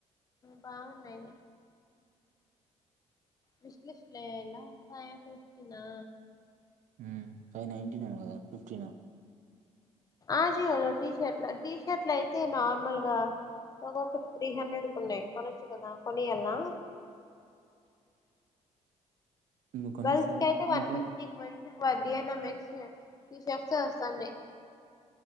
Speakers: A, on the left; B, on the right.
A: బావున్నాయి విశ్లిస్ట్లో ఏయల ఫైవ్ ఫిఫ్టీ నా
B: హ్మ్ ఫైవ్ నైన్టీన్ ఏమో కదా ఫిఫ్టీన్ ఓ
A: ఆజియో లో టీ షర్ట్ల టీ షర్ట్లు అయితే నార్మల్ గా ఒక్కొక్కటి త్రీ హండ్రెడ్ కు ఉన్నాయి. కొనొచ్చు కదా కొనియాలనా
B: నువ్వు కొనిస్తే
A: గర్ల్స్ కి అయితే వన్
B: నువ్వు
A: ఫిఫ్టీ
B: కొని
A: ఫర్ డిఎల్ ఏం ఎస్ టీ షర్ట్స్ వస్తున్నాయ్